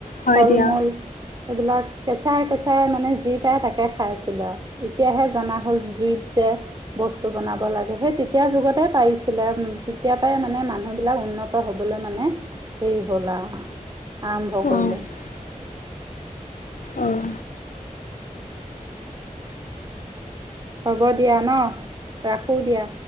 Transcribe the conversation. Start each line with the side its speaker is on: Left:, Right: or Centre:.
Left: হয়
Right: ফল
Left: দিয়া
Right: মূল সেইবিলাক কেঁচাই কেঁচাই মানে যি পায় তাকে খাই আছিলে আৰু এতিয়াহে জনা হল জুইত যে বস্তু বনাব লাগে সেই তেতিয়া যুগতে পাইছিলে তেতিয়াৰ পৰাই মানে মানুহ বিলাক উন্নত হবলৈ মানে হেৰি হল আৰু আৰম্ভ কৰিলে
Left: অ', অ'।
Right: হ'ব দিয়া ন ৰাখোঁ দিয়া